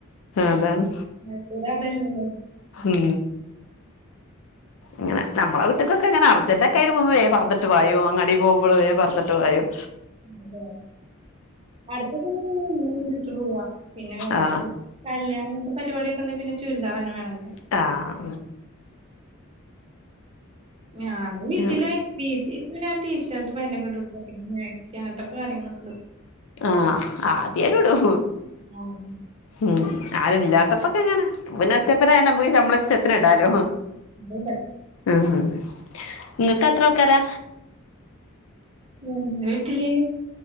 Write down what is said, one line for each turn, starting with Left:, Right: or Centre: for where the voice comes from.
Left: അതാണ്
Right: മറ്റതല്ലല്ലോ
Left: ഉം
Right: <unintelligible>
Left: ഇങ്ങനെ നമ്മള് വീട്ടിക്കൊക്കെങ്ങനെ അർജന്റ ഒക്കെ ആട്ട് പോക്കുവേ വേം പർദ്ദട്ട് പായും അങ്ങാടി പോകുമ്പോൾ വേം പർദ്ദട്ട് പായും
Right: അതെ അടുത്ത കണെ ഇങ്ങനെ എവിട്ടു പോവാ പിന്നെ വേറെ
Left: ആ
Right: കല്യാണം അങ്ങനത്തെ പരുപാടിയൂണ്ടാക്കി ഉണ്ട് പിന്നെ ചുര്താറെന്നെ വേണല്ലേ
Left: താ
Right: ഞാന് വീട്ടില്ല
Left: ഉം.
Right: വീട്ടിൽ പിന്നെ ടീഷർട്ട് പന്റൊക്കെ ഇടും തന്നെ മാക്സി അങ്ങനത്തെക്കെ കാര്യങ്ങളൊക്കെ ഇടും
Left: ആഹ് അത് ഞാനും ഇടും
Right: ആഹ്
Left: ഉം ആരും ഇല്ലാത്തപ്പൊക്കെ എങ്ങനെ പിന്നെ ഒറ്റപ്പനായ നമ്മക്ക് ഇഷ്ടത്തിന് ഇണ്ടാലോ
Right: ഉന്ന
Left: ആഹ് നിങ്ങക്ക് അത്ര ആൾക്കാരാ
Right: ഞങ്ങ വീട്ടില്